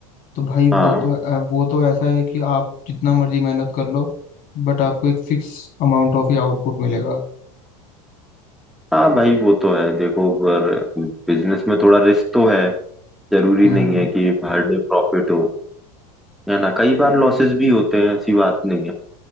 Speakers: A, on the left (about 50°); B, in the centre.
A: तो भाई
B: हाँ
A: वो तो अ, वो तो ऐसा है कि आप जितना मर्जी मेहनत कर लो बट आपको एक फिक्स अमाउंट ऑफ ही आउटपुट मिलेगा
B: हाँ भाई वो तो है देखो पर बिजनेस में थोड़ा रिस्क तो है जरूरी
A: हम्म
B: नहीं है कि हर डे प्रॉफिट हो है ना कई बार लॉसेस भी होते हैं ऐसी बात नहीं है